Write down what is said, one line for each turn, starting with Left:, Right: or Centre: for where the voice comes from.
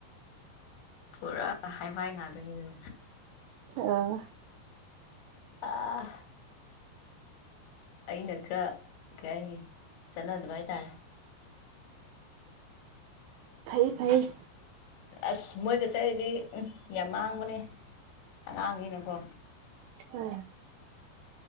Left: ꯄꯨꯔꯥ ꯍꯥꯏꯐꯥꯏ ꯉꯥꯛꯇꯅꯤꯗ
Right: ꯑꯥ
Left: ꯑꯥ ꯑꯩꯅ ꯈꯔ ꯀꯩ ꯍꯥꯏꯅꯤ ꯆꯠꯅꯗꯕ ꯍꯥꯏꯇꯥꯔꯦ
Right: ꯐꯩ ꯐꯩ
Left: ꯑꯁ ꯃꯣꯏꯒ ꯆꯠꯔꯤꯁꯦ ꯎ ꯌꯥꯝ ꯃꯥꯡꯕꯅꯦ ꯑꯉꯥꯡꯅꯤꯅꯀꯣ
Right: ꯎꯝ